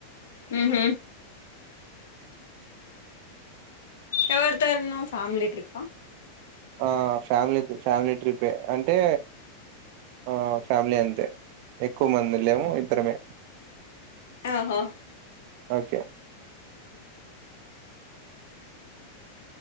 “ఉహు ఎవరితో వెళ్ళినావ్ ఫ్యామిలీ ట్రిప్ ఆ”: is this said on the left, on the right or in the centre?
Left